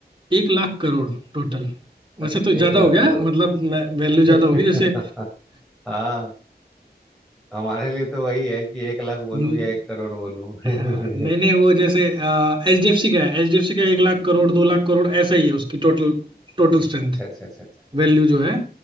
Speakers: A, on the right; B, in the centre.
A: एक लाख करोड़ टोटल
B: अच्छा
A: वैसे तो ज्यादा
B: एक लाख
A: हो गया
B: करोड़
A: मतलब वैल्यू ज्यादा
B: <laughs>
A: होगी जैसे
B: हाँ हमारे लिए तो वही है कि एक लाख बोलूं
A: हम्म,
B: या एक करोड़ बोलूं <laughs>
A: हाँ
B: अच्छा
A: नहीं नहीं वो जैसे एच डी एफ सी का है एच डी एफ सी का एक लाख करोड़ दो लाख करोड़ ऐसा ही है उसकी टोटल टोटल स्ट्रेंथ
B: अच्छा अच्छा अच्छा
A: वैल्यू जो है